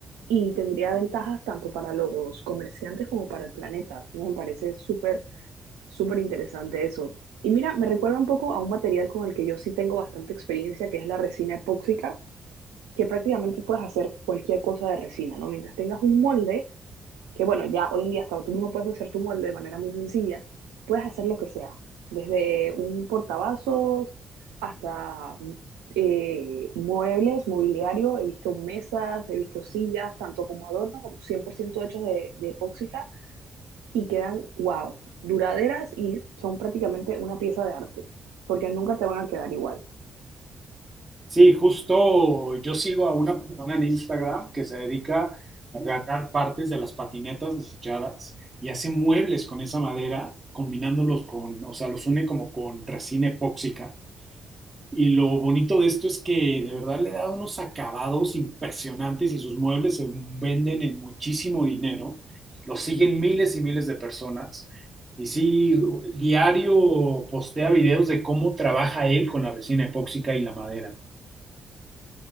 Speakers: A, on the right; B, on the right.
A: y tendría ventajas tanto para los comerciantes como para el planeta. Me parece súper, súper interesante eso. Y mira, me recuerda un poco a un material con el que yo sí tengo bastante experiencia, que es la resina epóxica, que prácticamente puedes hacer cualquier cosa de resina, ¿no? Mientras tengas un molde, que bueno, ya hoy en día hasta tú mismo puedes hacer tu molde de manera muy sencilla, puedes hacer lo que sea, desde un portavasos hasta eh, muebles, mobiliario, he visto mesas, he visto sillas, tanto como adornos como 100% hechos de, de epóxica y quedan, wow, duraderas y son prácticamente una pieza de arte, porque nunca te van a quedar igual.
B: Sí, justo yo sigo a una persona en Instagram que se dedica a agarrar partes de las patinetas desechadas y hace muebles con esa madera, combinándolos con, o sea, los une como con resina epóxica Y lo bonito de esto es que de verdad le da unos acabados impresionantes y sus muebles se venden en muchísimo dinero. Lo siguen miles y miles de personas. Y sí, diario postea videos de cómo trabaja él con la resina epóxica y la madera.